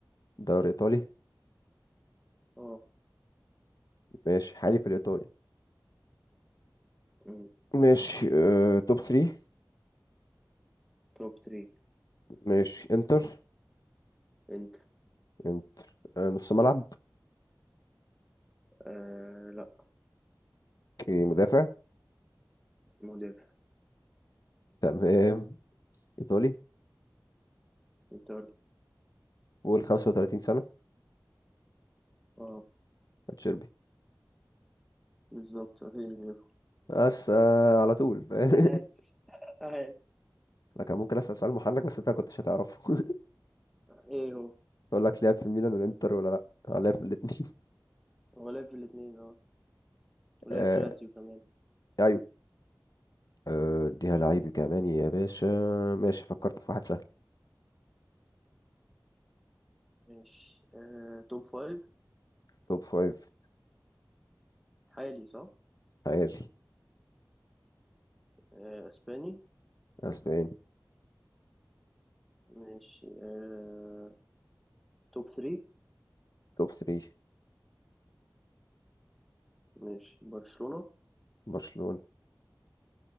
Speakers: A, on the left; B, in the centre.
A: دوري ايطالي
B: اه
A: ماشي حالي في الايطالي
B: مم.
A: ماشي أه، توب 3
B: توب ثري
A: ماشي انتر
B: انت
A: انت- آه، نص ملعب
B: آه لا
A: اوكي، مدافع
B: مدافع
A: تمام ايطالي
B: <clears throat> ايطالي
A: فوق 35 سنه
B: اه
A: اتشيربي
B: بالظبط مفيش غيره
A: بس آه على طول فاهم
B: عاش
A: <laughs>
B: عاش
A: انا كان ممكن اسال سؤال محنك بس انت كنتش هتعرفه <laughs>
B: ايه هو
A: اقول لك لعب في ميلان والانتر ولا لا آه، لعب في الاثنين
B: هو لعب في الاتنين اه
A: <laughs>
B: ولعب
A: آه
B: في لاتسيو كمان
A: ايوه آه، اديها لعيب كمان يا باشا ماشي فكرت في واحد سهل
B: ماشي آه توب فايف
A: توب فايف
B: حالي صح
A: عالي
B: آه اسباني
A: اسباني
B: ماشي آه توب ثري
A: توب 3
B: ماشي برشلونة
A: برشلونه